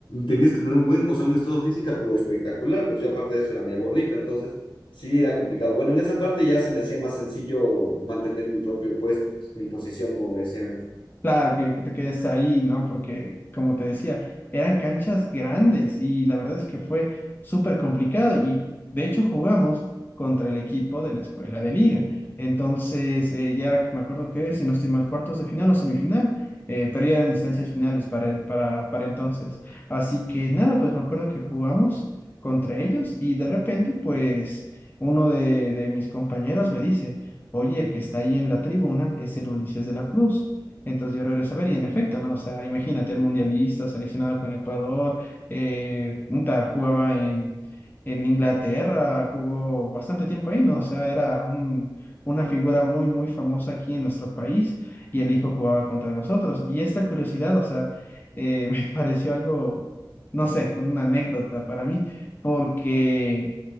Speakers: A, on the left; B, on the left.
A: tenías que tener un buen, o sea, un estado física, pero espectacular, pues yo aparte de eso era medio gordita, entonces Sí, era complicado. Bueno, en esa parte ya se me hacía más sencillo mantener mi propio puesto, mi posición, como me decían antes.
B: Claro, que, que te quedes ahí, ¿no? Porque, como te decía, eran canchas grandes y la verdad es que fue súper complicado y de hecho jugamos contra el equipo de la escuela de liga. Entonces, eh, ya era- me acuerdo que, si no estoy mal, cuartos de final o semifinal, eh, pero ya eran instancias finales para, para, para entonces. Así que nada, pues me acuerdo que jugamos contra ellos y de repente, pues, uno de, de mis compañeros me dice, oye, el que está ahí en la tribuna es el Ulises de la Cruz. Entonces yo regreso a ver y en efecto, ¿no? O sea, imagínate el mundialista seleccionado con Ecuador, eh, puta, jugaba en, en Inglaterra, jugó bastante tiempo ahí, ¿no? O sea, era un, una figura muy, muy famosa aquí en nuestro país y el hijo jugaba contra nosotros. Y esta curiosidad, o sea, eh, <laughs> me pareció algo, no sé, una anécdota para mí, porque...